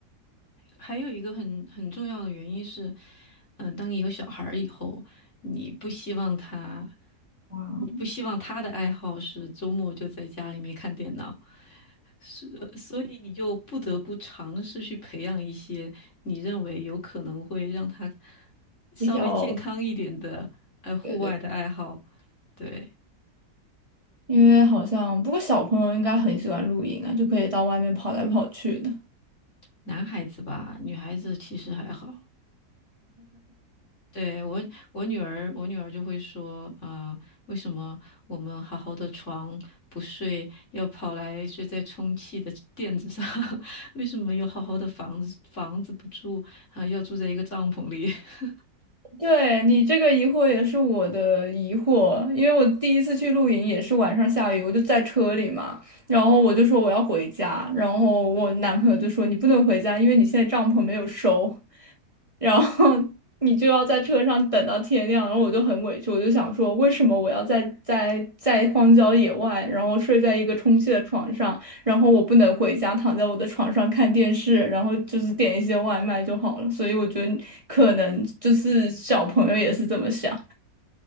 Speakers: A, on the left (about 45°); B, on the right (about 20°).
A: 还有一个很很重要的原因是，嗯、当你有小孩儿以后，你不希望他，
B: 啊，
A: 你不希望他的爱好是周末就在家里面看电脑，是，呃所以你就不得不尝试去培养一些你认为有可能会让他稍微健康一点的，
B: 比较
A: 呃，户外的爱好。
B: 对对，
A: 对，
B: 因为好像不过小朋友应该很喜欢露营啊，就可以到外面跑来跑去的。
A: 男孩子吧，女孩子其实还好。对，我，我女儿，我女儿就会说，啊、为什么我们好好的床不睡，要跑来睡在充气的垫子上？<laughs> 为什么有好好的房子，房子不住，啊、要住在一个帐篷里？<laughs>
B: 对你这个疑惑也是我的疑惑，因为我第一次去露营也是晚上下雨，我就在车里嘛，然后我就说我要回家，然后我男朋友就说你不能回家，因为你现在帐篷没有收。然后你就要在车上等到天亮，然后我就很委屈，我就想说，为什么我要在在在荒郊野外，然后睡在一个充气的床上，然后我不能回家躺在我的床上看电视，然后就是点一些外卖就好了。所以我觉得可能就是小朋友也是这么想，